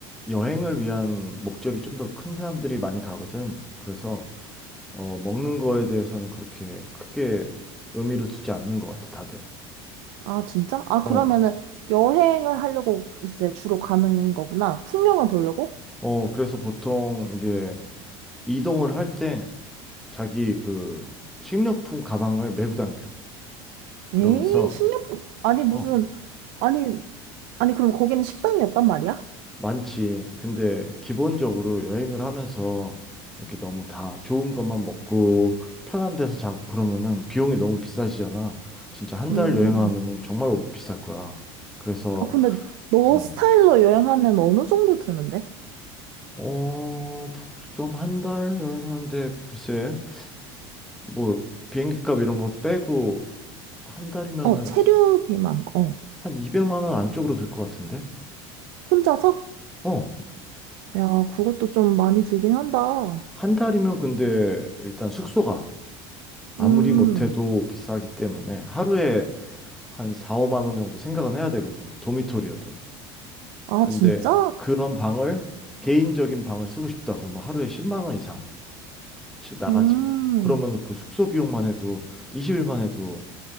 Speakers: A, in the centre; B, on the right.
A: 여행을 위한 목적이 좀 더 큰 사람들이 많이 가거든. 그래서, 어, 먹는 거에 대해서는 그렇게 크게 의미를 두지 않는 것 같아, 다들.
B: 아, 진짜? 아,
A: 어,
B: 그러면은 여행을 하려고 이제 주로 가는 거구나. 풍경을 보려고?
A: 어, 그래서 보통 이제 이동을 할 때 자기 그 식료품 가방을 메고 당겨.
B: 에이,
A: 그러면서,
B: 식료품, 아니, 무슨,
A: 어,
B: 아니, 아니, 그럼 거기는 식당이 없단 말이야?
A: 많지. 근데 기본적으로 여행을 하면서 이렇게 너무 다 좋은 것만 먹고 편한 데서 자고 그러면은 비용이 너무 비싸지잖아. 진짜 한
B: 음,
A: 달 여행하면은 정말 비쌀 거야. 그래서
B: 아, 근데 너
A: 음.
B: 스타일로 여행하면 어느 정도 드는데?
A: 어, 북섬 한 달 여행하는데 글쎄 뭐 비행기 값 이런 거 빼고 한 달이면은
B: 어, 체류 비만, 어.
A: 한 200만 원 안쪽으로 들 것 같은데?
B: 혼자서?
A: 어.
B: 야, 그것도 좀 많이 들긴 한다.
A: 한 달이면 근데 일단 숙소가 아무리
B: 음,
A: 못해도 비싸기 때문에 하루에 한 4, 5만 원 정도 생각은 해야 되거든. 도미토리여도.
B: 아,
A: 근데
B: 진짜?
A: 그런 방을 개인적인 방을 쓰고 싶다. 그러면 하루에 10만 원 이상씩 나가지.
B: 음,
A: 그러면 그 숙소 비용만 해도 20일만 해도